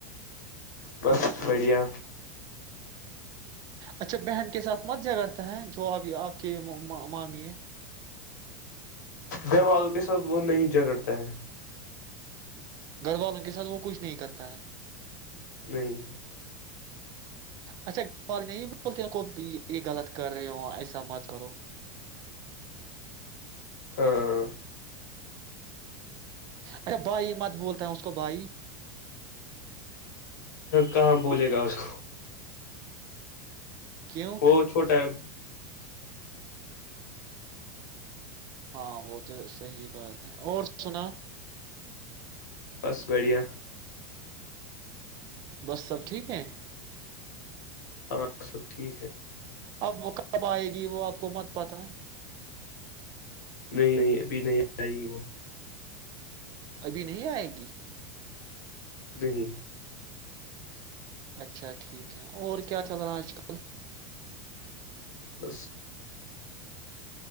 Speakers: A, on the left; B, on the right.
A: بس بڑھیا
B: اچھا بہن کے ساتھ مز جہ کرتا ہے جو آپ آپ کے مامی ہے
A: گھر والوں کے ساتھ وہ نہیں جھگڑتا ہے
B: گھر والوں کے ساتھ وہ کچھ نہیں کرتا ہے
A: نہیں
B: اچھاار نہیں بولتے کو یہ غلط کر رہے ہو ایسا مت کرو
A: ہاں
B: اچھا بھائی مت بولتا ہے اس کو بھائی
A: کہاں بھولے گا اس کو
B: کیوں
A: وہ چھوٹا ہے
B: ہاں وہ تو صحی بات ہے اور سنا
A: بس بڑھیا
B: بس سب ٹھیک ہے
A: ہاں سب ٹھیک ہے
B: اب وہ کب آئے وہ آپ کو مت پاتا ہے
A: نہیں نہیں ابھی نہیں آئے گی وہ
B: ابھی نہیں آئے گی
A: بہن
B: اچھا ٹھیک ہے اور کیا چل رہا آج کل
A: بس